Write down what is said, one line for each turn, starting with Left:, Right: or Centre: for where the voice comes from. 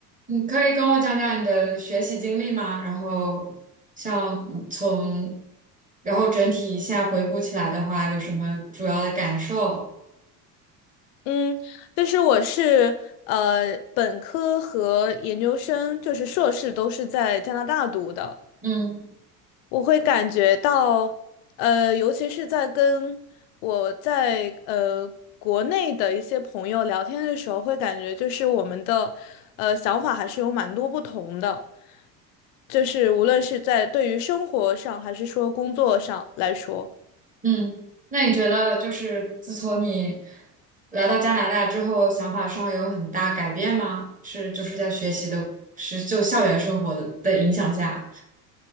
Right: 你可以跟我讲讲你的学习经历吗？然后像从，然后整体现在回顾起来的话，有什么主要的感受？
Left: 嗯，但是我是呃本科和研究生，就是硕士都是在加拿大读的。
Right: 嗯
Left: 我会感觉到，呃，尤其是在跟我在呃国内的一些朋友聊天的时候，会感觉就是我们的呃想法还是有蛮多不同的，就是无论是在对于生活上还是说工作上来说。
Right: 嗯，那你觉得就是自从你来到加拿大之后，想法上有很大改变吗？是就是在学习的，是就校园生活的的影响下，